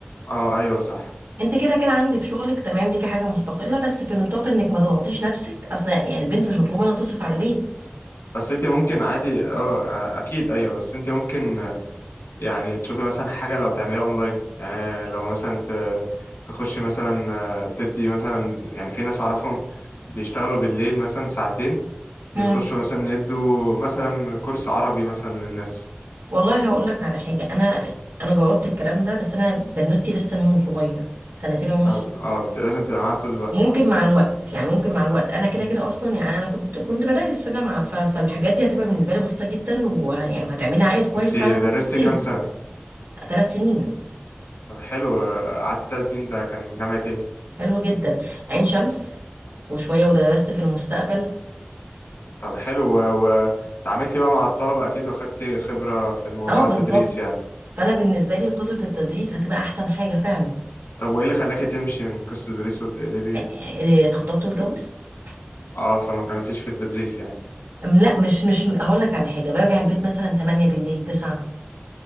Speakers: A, on the left; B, on the right.
A: اه ايوه صح
B: انت كده كده عندك شغلك تمام ليكي حاجه مستقله بس في نطاق انك ما تضغطيش نفسك اصل يعني البنت مش مطلوب منها تصرف على بيت
A: بس انت ممكن عادي اه اكيد ايوه بس انت ممكن يعني تشوفي مثلا حاجة لو تعمليها اونلاين يعني لو مثلا ت... تخشي مثلا آه، تدي مثلا يعني في ناس اعرفهم بيشتغلوا بالليل مثلا ساعتين بيخشوا
B: مم.
A: مثلا يدوا مثلا كورس عربي مثلا للناس
B: والله هقول لك على حاجه انا انا جربت الكلام ده بس انا بنوتي لسه نون صغير سنتين ونص
A: ف... اه بت- لازم تبقى معاها طول الوقت
B: ممكن
A: على طول
B: مع الوقت يعني ممكن مع الوقت انا كده
A: مم.
B: كده اصلا يعني انا كنت كنت بدرس في جامعه ف... فالحاجات دي هتبقى بالنسبه لي بسيطه جدا ويعني وهتعملي عائد كويس
A: انت
B: فعلا وأنا
A: درستي
B: في البيت
A: كام سنة
B: ثلاث سنين
A: طب حلو آه، قعدت ثلاث سنين ده كان جامعة ايه؟
B: حلو جدا عين شمس وشويه ودرست في المستقبل
A: طب حلو و- وتعاملت بقى مع الطلبة أكيد وأخدت خبرة في الموضوع
B: اه بالظبط
A: التدريس يعني
B: فانا بالنسبه لي قصه التدريس هتبقى احسن حاجه فعلا
A: طب وإيه اللي خلاكي تمشي من قصة التدريس وتقلبي
B: إيه، اتخطبت واتجوزت
A: اه فما كملتيش في التدريس يعني
B: أم لا مش مش هقول لك على حاجه برجع البيت مثلا 8 بالليل 9